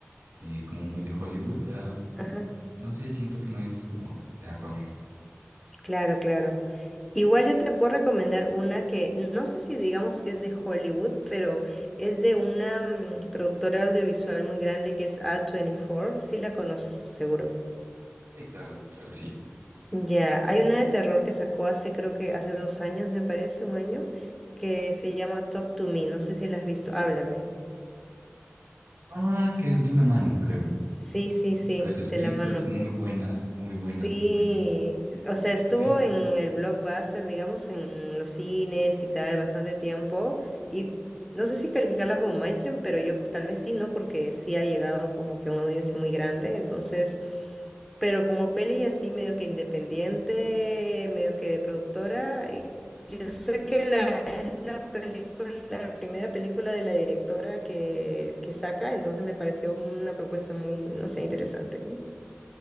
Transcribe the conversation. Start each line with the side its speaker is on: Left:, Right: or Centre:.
Right: eh, como muy de Hollywood, ya
Centre: Ajá.
Right: no sé, siento que no es como terror.
Centre: Claro, claro. Igual yo te puedo recomendar una que no sé si digamos que es de Hollywood, pero es de una mm, productora audiovisual muy grande que es A24. Sí la conoces, seguro.
Right: Sí, claro, claro, sí.
Centre: Ya, hay una de terror que sacó hace, creo que hace dos años, me parece, un año, que se llama Talk to Me. No sé si la has visto. Háblame.
Right: Ah, que es de una mano, creo.
Centre: Sí, sí, sí,
Right: Que ves espíritus.
Centre: de la mano.
Right: Muy buena, muy buena,
Centre: Sí,
Right: muy buena.
Centre: o sea,
Right: Sí.
Centre: estuvo en el Blockbuster, digamos, en los cines y tal, bastante tiempo. Y no sé si calificarla como mainstream, pero yo tal vez sí, ¿no? Porque sí ha llegado como que a una audiencia muy grande. Entonces, pero como peli así medio que independiente, medio que de productora, y yo sé que la, es la película, la primera película de la directora que, que saca, entonces me pareció una propuesta muy, no sé, interesante, ¿no?